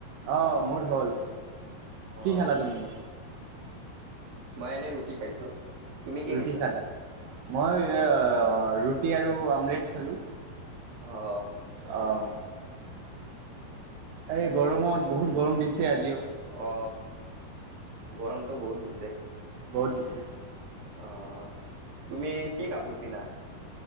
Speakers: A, on the right; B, on the right.
A: অ' মোৰ হ'ল,
B: অ
A: কি খেলা তুমি?
B: মই এনেই ৰুটি খাইছো। তুমি কি
A: ৰুটি
B: খাইছা
A: খানা মই
B: অ
A: ৰুটি আৰু আমলেট খালোঁ।
B: অ হয়
A: আহঁ
B: হয়
A: এই গৰমত বহুত গৰম দিছে আজিও
B: অ গৰমতটো বহুত দিছে
A: বৰ দিছে
B: অ তুমি কি কাপোৰ পিন্ধা